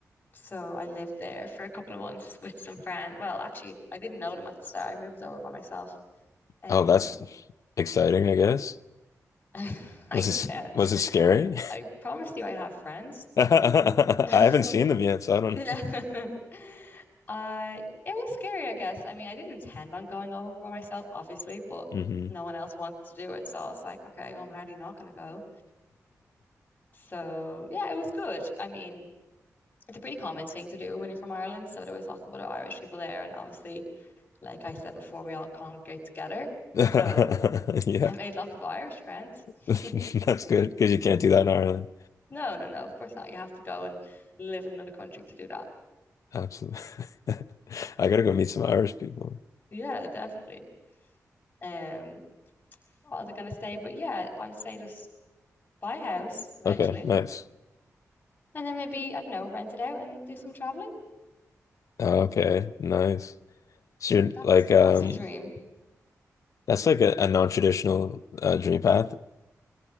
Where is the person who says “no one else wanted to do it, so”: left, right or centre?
Left